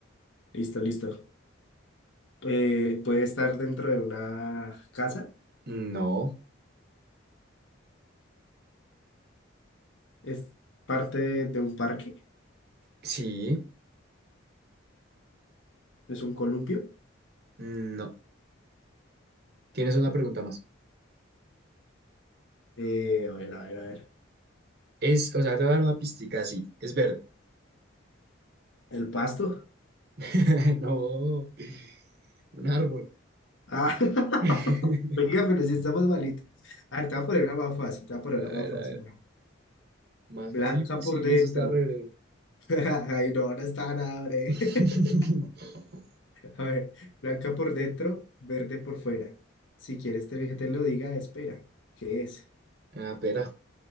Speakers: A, on the left; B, on the right.
A: Listo, listo. Eh, ¿puede estar dentro de una casa?
B: No,
A: ¿Es parte de, de un parque?
B: sí,
A: ¿Es un columpio?
B: no. Tienes una pregunta más.
A: Eh, a ver, a ver, a ver.
B: Es, o sea, te voy a dar una pistica así. Es verde.
A: ¿El pasto?
B: <laughs> No, un árbol.
A: Ah,
B: <laughs>
A: <laughs> oiga, pero si estamos malitos. A ver, te voy a poner una más fácil, te voy a poner
B: A
A: una
B: ver,
A: más fácil.
B: a ver.
A: va.
B: Más
A: Blanca
B: fácil posible,
A: por dentro.
B: eso está re breve.
A: <laughs> Ay, no, no está nada, bre.
B: <laughs>
A: <laughs> A ver, blanca por dentro, verde por fuera. Si quieres te- que te lo diga, espera. ¿Qué es?
B: Ah, espera.